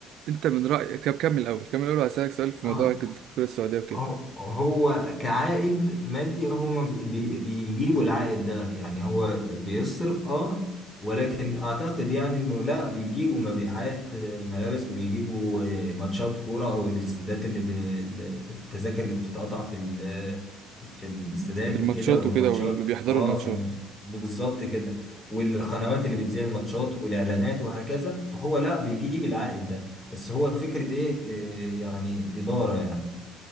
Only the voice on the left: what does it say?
اه
هو هو كعائد مادي هما بي- بي- بيجيبوا العائد ده يعني هو بيصرف اه ولكن اعتقد يعني انه لا بيجيبوا مبيعات آه، ملابس بيجيبوا آه، ماتشات كورة او الاستادات اللي بي- التذاكر اللي بتتقطع في ال- في الاستادات
وكده والماتشات
اه
في الم- بالظبط كده والقنوات اللي بتذيع الماتشات والاعلانات وهكذا هو لا بيجيب العائد ده بس هو فكرة ايه آه، يعني إدارة يعني